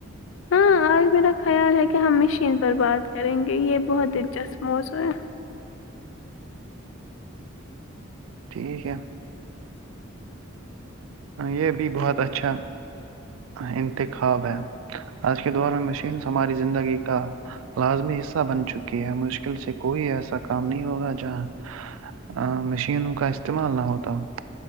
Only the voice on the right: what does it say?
ٹھیک ہے ہاں یہ بھی بہت اچھا انتخاب ہے آج کے دور میں مشینس ہماری زندگی کا لازمی حصہ بن چکی ہے مشکل سے کوئی ایسا کام نہیں ہوگا جہاں ا مشینوں کا استعمال نہ ہوتا ہو